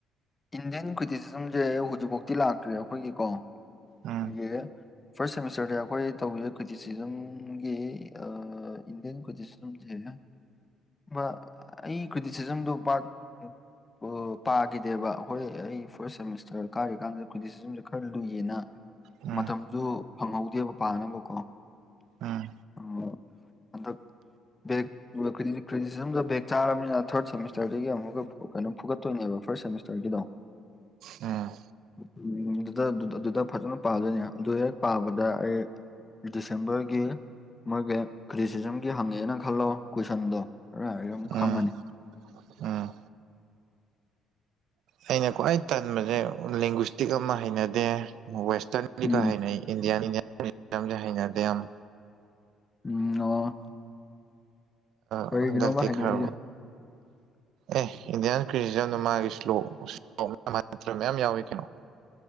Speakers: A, on the left; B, on the right.
A: ꯏꯟꯗꯤꯌꯥꯟ ꯀ꯭ꯔꯤꯇꯤꯁꯤꯖꯝꯁꯦ ꯍꯧꯖꯤꯛꯐꯥꯎꯇꯤ ꯂꯥꯛꯇ꯭ꯔꯤ ꯑꯩꯈꯣꯏꯒꯤꯀꯣ ꯑꯩꯈꯣꯏꯒꯤ
B: ꯎꯝ
A: ꯐꯥꯔꯁ ꯁꯦꯃꯤꯁꯇꯔꯗ ꯑꯩꯈꯣꯏ ꯇꯧꯒꯤꯕ ꯀꯨꯇꯤꯁꯤꯖꯝꯒꯤ ꯑ ꯏꯟꯗꯤꯌꯟ ꯀꯔꯇꯤꯁꯤ ꯖꯝꯁꯦ ꯑꯃ ꯑꯩ ꯀ꯭ꯔꯤꯇꯤꯁꯤꯖꯝꯗꯨꯣ ꯄ-ꯄꯥꯈꯤ ꯗꯦꯕ ꯑꯩꯈꯣꯏ ꯑꯩ ꯐꯥꯔꯁ ꯁꯦꯃꯤꯁꯇꯔ ꯀꯥꯔꯤꯀꯥꯟꯗ ꯀꯔꯤꯇꯤꯁꯤꯖꯝꯁꯦ ꯈꯔ ꯂꯨꯏꯌꯦꯅ
B: ꯎꯝ
A: ꯃꯇꯝꯁꯨ ꯐꯪꯍꯧꯗꯦꯕ ꯄꯥꯅꯕꯀꯣ
B: ꯎꯝ
A: ꯑꯣ ꯍꯟꯗꯛ ꯕꯦꯔꯤ ꯗꯨꯒ ꯀꯔ꯭ꯤꯇꯤ ꯀ꯭ꯔꯤꯇꯤꯁꯤꯖꯝꯗ ꯕꯦꯛ ꯆꯥꯔꯕꯅꯤꯅ ꯊꯥꯔꯠ ꯁꯦꯃꯤꯁꯇꯔꯗꯒꯤ ꯑꯃꯨꯛꯀ ꯀꯩꯅꯣ ꯐꯨꯒꯠꯇꯣꯏꯅꯦꯕ ꯐꯥꯔꯁ ꯁꯦꯃꯤ ꯆꯔꯒꯤꯗꯣ
B: ꯎꯝ
A: ꯎꯝ ꯑꯗꯨꯗ ꯑꯗꯨꯗ ꯐꯖꯅ ꯄꯥꯗꯣꯏꯅꯦ ꯑꯗꯨ ꯍꯦꯛ ꯄꯥꯕꯗ ꯑꯩ ꯗꯤꯁꯦꯝꯕꯔꯒꯤ ꯃꯣꯏꯒꯤ ꯀ꯭ꯔꯤꯇꯤꯁꯤꯖꯝꯒꯤ ꯍꯪꯉꯦꯅ ꯈꯜꯂꯣ ꯀꯣꯏꯁꯟꯗꯣ ꯑꯩ ꯑꯗꯨꯝ
B: ꯎꯝ
A: ꯈꯪꯉꯅꯤ
B: ꯎꯝ ꯑꯩꯅ ꯈ꯭ꯋꯥꯏ ꯇꯟꯕꯁꯦ ꯂꯦꯡꯒ꯭ꯁꯇꯤꯛ ꯑꯃ ꯍꯩꯅꯗꯦ ꯋꯦꯁꯇꯔꯟ ꯒꯤ
A: ꯎꯝ
B: ꯈꯔ ꯍꯩꯅꯩ ꯏꯟꯗꯤꯌꯥꯟ ꯏꯟꯗꯤꯌꯥꯟ <unintelligible> ꯍꯩꯅꯗꯦ ꯌꯥꯝ
A: ꯎꯝ ꯑꯣ ꯀꯔꯤꯒꯤꯅꯣꯕ
B: ꯑꯣ ꯍꯟꯗꯛꯇꯤ
A: ꯍꯥꯏꯅꯔꯤꯁꯦ
B: ꯈꯔ ꯑꯦ ꯏꯟꯗꯤꯌꯥꯟ ꯀ꯭ꯔꯤꯇꯤꯖꯝꯗ ꯃꯥꯒꯤ <unintelligible> ꯃꯌꯥꯝ ꯌꯥꯎꯏ ꯀꯩꯅꯣ